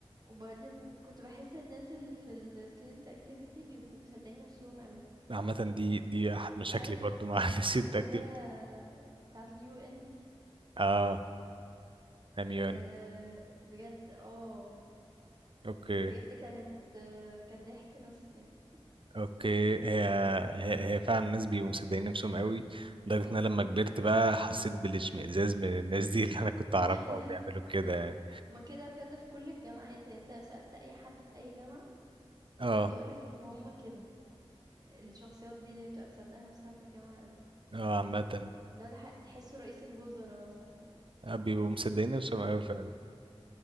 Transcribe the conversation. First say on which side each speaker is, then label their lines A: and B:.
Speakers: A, on the right; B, on the right.
A: وبعدين كنت باحس الناس اللي في الstudent activity بيبقوا مصدقين نفسهم أوي
B: عامة دي دي احد مشاكلي
A: عارف
B: برضو مع
A: آه،
B: <laughs> الستودنت
A: اللي
B: اكتيفيتي
A: هي بتاعة اليو ان دي
B: اه اميون
A: آه، بجد اه
B: اوكي
A: بجد كانت آه، كانت ضحك بس يعني
B: اوكي هي هي, هي فعلا الناس بيبقوا مصدقين نفسهم قوي لدرجة ان انا لما
A: مم.
B: كبرت بقى حسيت بالاشمئزاز من الناس دي <laughs> اللي انا كنت اعرفها
A: <laughs>
B: وبيعملوا كده يعني
A: هما كده بجد في كل الجامعات يعني انت لو سألت أي حد في أي جامعة
B: اه
A: هيقولك إن هما كده الشخصيات دي اللي هي بتبقى مصدقة نفسها في الجامعة أوي
B: اه عامة
A: لو ده ح- تحسه رئيس الوزراء مثلا
B: آه، بيبقوا مصدقين نفسهم قوي فعلا